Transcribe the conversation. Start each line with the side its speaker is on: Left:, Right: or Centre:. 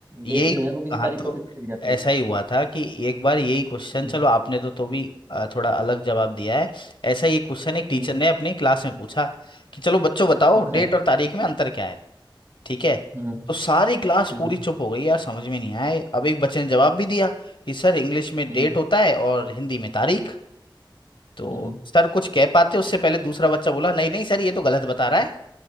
Left: यही
Right: डेट जो है वो किसी
Left: हाँ
Right: तारीख
Left: तो
Right: को फिक्स करी जाती
Left: ऐसा
Right: है
Left: ही हुआ था कि एक बार यही क्वेश्चन
Right: हम्म
Left: चलो आपने तो तो भी आ, थोड़ा अलग जवाब दिया है ऐसा ही एक क्वेश्चन एक टीचर
Right: हम्म
Left: ने अपनी क्लास में पूछा कि चलो बच्चों बताओ
Right: अच्छा
Left: डेट और तारीख में अंतर क्या है ठीक है
Right: हम्म
Left: तो सारी क्लास
Right: हम्म
Left: पूरी हम्म, चुप हो गई यार समझ में नहीं आए अब एक बच्चे ने जवाब भी दिया कि सर इंग्लिश में
Right: हम्म
Left: डेट होता है और हिंदी में तारीख तो
Right: हम्म
Left: सर कुछ कह पाते उससे पहले दूसरा बच्चा बोला नहीं नहीं सर ये तो गलत बता रहा है